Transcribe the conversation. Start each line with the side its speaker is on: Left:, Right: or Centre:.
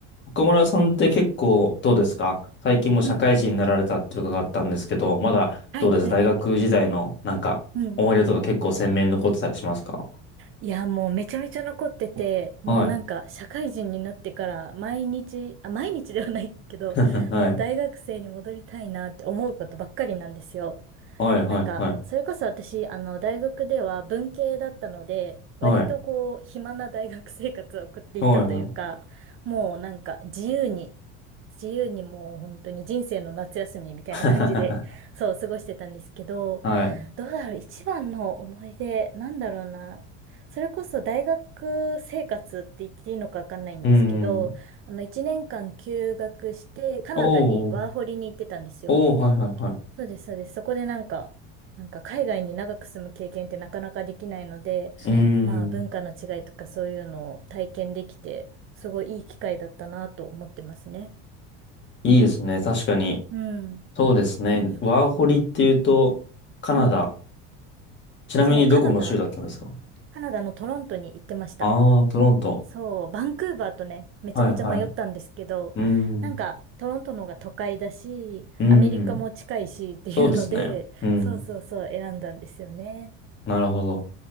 Left: 岡村さんって結構どうですか最近もう社会人になられたって伺ったんですけど、
Right: うん。
Left: まだどうです大学時代のなんか思い出とか結構鮮明に残ってたりしますか
Right: はい、はい。うん。いや、もうめちゃめちゃ残ってて、もうなんか社会人になってから毎日、
Left: はい。
Right: あ、毎日ではないけど、
Left: <laughs> はい。
Right: もう大学生に戻りたいなって思うことばっかりなんですよ。
Left: はい、はい、
Right: なんか、
Left: はい。
Right: それこそ私、あの、大学では文系だったので、割とこう、
Left: はい。
Right: 暇な大学生活を送っていたというか、
Left: はい、はい。
Right: もうなんか自由に、自由にもう本当に人生の夏休みみたいな感じで、
Left: <laughs>
Right: そう、過ごしてたんですけど、
Left: はい。
Right: どうだろう、一番の思い出、なんだろうな。それこそ大学生活って言っていいのかわかんないんですけど、
Left: うん。
Right: あの、一年間休学して、カナダにワーホリに行ってたんですよ。
Left: おー。おー、はい、はい、は
Right: そうです、そうです。そこでなんか、なんか海外に長く住む経験ってなかなかできないので、
Left: い。うん。
Right: まあ文化の違いとかそういうのを体験できて、すごいいい機会だったなと思ってますね。
Left: いいですね。確かに。
Right: うん。
Left: そうですね。
Right: そうそうそ
Left: ワーホリっていうと、カナダ。
Right: う。うん。
Left: ちなみにどこの州だったんですか
Right: そう、カナダ、カナダのトロントに行ってました。
Left: ああー、トロント。
Right: そう、バンクーバーとね、めちゃめちゃ迷ったんですけど、
Left: はい、はい。うん。
Right: なんかトロントの方が都会だし、
Left: うん。
Right: アメリカも近いしっていうので、
Left: そうですね。うん。
Right: そうそうそう、選んだんですよね。
Left: なるほど。